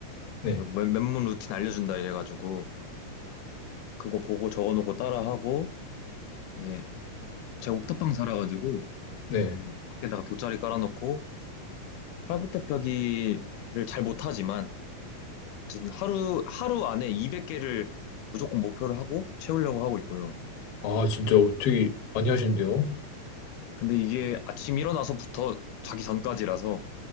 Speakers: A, on the left; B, on the left.
A: 네,
B: 맨몸 루틴 알려준다 이래가지고 그거 보고 적어놓고 따라하고 이제 제가 옥탑방 살아가지고
A: 네.
B: 여기 밖에다가 돗자리 깔아놓고 팔굽혀펴기를 잘 못하지만 어쨌든 하루 하루 안에 200개를 무조건 목표를 하고 채우려고 하고 있고요.
A: 아, 진짜 어, 되게 많이 하시는데요?
B: 근데 이게 아침 일어나서부터 자기 전까지라서